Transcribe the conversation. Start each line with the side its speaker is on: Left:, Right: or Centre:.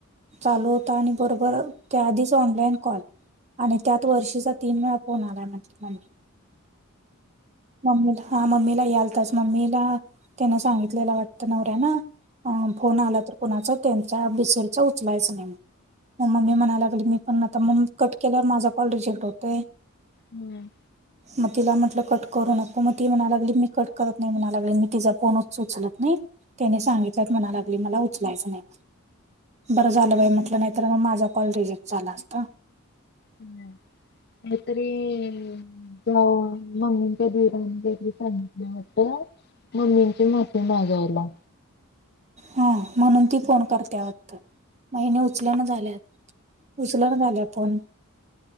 Right: चालू होता आणि बरोबर त्या आधीच ऑनलाईन कॉल आणि त्यात वर्षीचा तीन वेळा फोन आलाये म मम्मीला, हा मम्मीला यालतास. मम्मीला त्यान सांगितलेला वाटतं नवऱ्यान, अ फोन आला तर कोणाचाच त्यांचा बिसूरचा उचलायचं नाही म्हणून. मग मम्मी म्हणायला लागली मी पण आता मम्मी कट केल्यावर माझा कॉल रिजेक्ट होतोय.
Left: हम्म.
Right: मग तिला म्हटलं कट करू नको. मग ती म्हणालागली मी कट करत नाही म्हणा लागली मी तिचा कोण उच उचलत नाही. त्यानी सांगितल्यात म्हणा लागली मला उचलायचं नाही. बरं झालं बाई म्हटलं नाहीतर मग माझा कॉल रिजेक्ट झाला असता.
Left: ह, हे तरी <unintelligible> मम्मींच्या <unintelligible> घरी सांगितलं होतं, मम्मींची माफी मागायला.
Right: हां म्हणून ती फोन करत्या वाटत म हिन उचलना झाल्या. उचलणा झाल्या फोन